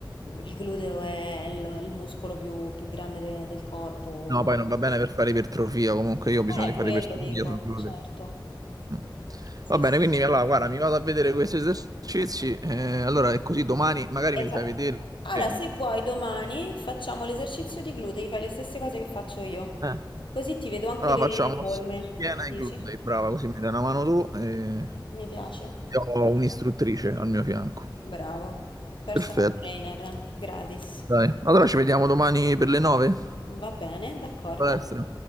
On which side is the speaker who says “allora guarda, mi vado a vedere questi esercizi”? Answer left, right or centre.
Right